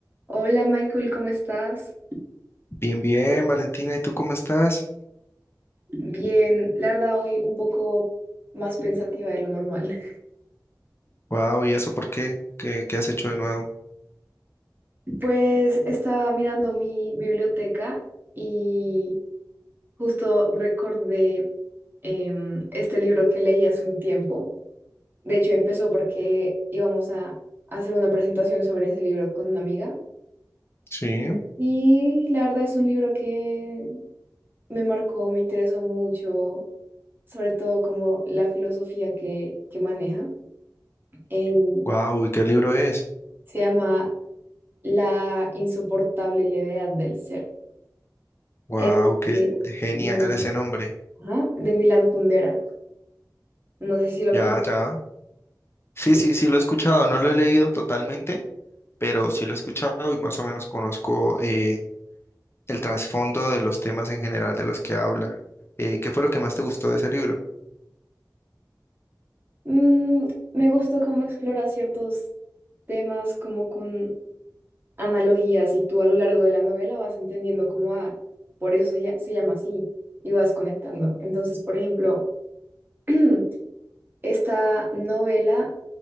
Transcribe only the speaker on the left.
Bien, bien, Valentina, ¿y tú cómo estás?
Wow, ¿y eso por qué? ¿Qué, qué has hecho de nuevo?
Sí,
wow, ¿y qué libro es?
Wow,
qué
genial
ese nombre.
Ya,
ya. Sí,
sí, sí, lo he escuchado, no lo he leído totalmente, pero sí lo he escuchado y más o menos conozco eh, el trasfondo de los temas en general de los que habla. Eh, ¿qué fue lo que más te gustó de ese libro?